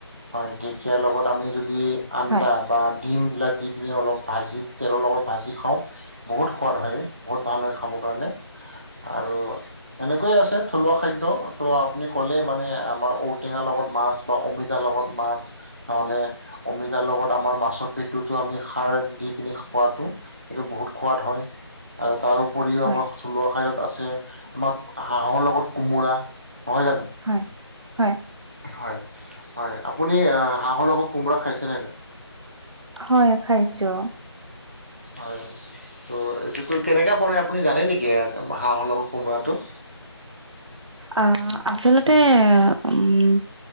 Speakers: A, on the right; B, on the right.
A: হয়। ঢেকীয়াৰ লগত আমি যদি
B: হয়
A: আনন্দা। বা ডিমবিলাক দি কিনে অলপ ভাজি তেলৰ লগত ভাজি খাওঁ। বহুত সোৱাদ হয়, বহুত ভাল হয় খাব কাৰণে- আৰু এনেকৈয়ে আছে থলুৱা খা- খাদ্য, ত' আপুনি ক'লে মানে আমাৰ ঔঁ-টেঙাৰ লগত মাছ বা অমিতাৰ লগত মাছ নহ'লে অমিতাৰ লগত আমাৰ মাছত পেটোতো আমি খাৰ দি কিনি খোৱাটো সেইটো বহুত সোৱাদ হয় আৰু তাৰো উপৰিও
B: হয়
A: আমাৰ থলুৱা খাইদত আছে আমাৰ হাঁহৰ লগত কোমোৰা, নহয় জানো?
B: হয়, হয়।
A: হয়, হয় আপুনি হাঁহৰ লগত কোমোৰা খাইছে নে নাই?
B: হয় খাইছো।
A: হয়, ত' এইটো তো কেনেকা বনাই আপুনি জানে নেকি হাঁহৰ লগৰ কোমোৰাটো?
B: আ আচলতে উম্